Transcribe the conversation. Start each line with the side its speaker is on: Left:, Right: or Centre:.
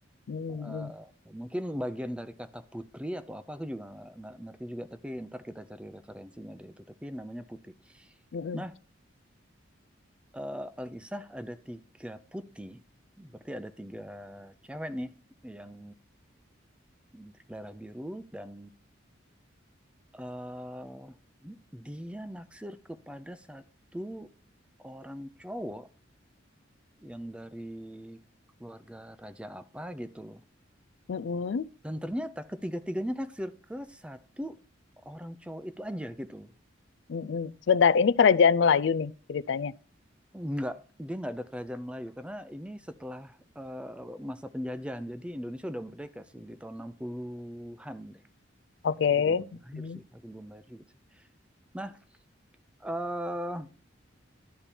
Left: Mm-mm,
Centre: eh, mungkin bagian dari kata putri atau apa aku juga nggak nggak ngerti juga tapi ntar kita cari referensinya deh itu tapi namanya putih
Left: mm-mm,
Centre: nah eh, Alkisah ada tiga putih berarti ada tiga cewek nih yang berdarah biru dan eh dia naksir kepada satu orang cowok yang dari keluarga raja apa gitu loh
Left: mm-mm,
Centre: Dan ternyata ketiga-tiganya naksir ke satu orang cowok itu aja gitu loh.
Left: mm-mm. Sebentar, ini kerajaan Melayu nih ceritanya.
Centre: Enggak, dia nggak ada kerajaan Melayu karena ini setelah eh, masa penjajahan. Jadi Indonesia udah merdeka sih di tahun 60-an deh.
Left: Oke.
Centre: Aku juga belum lahir
Left: Hmm.
Centre: sih, aku belum lahir juga sih. Nah, eh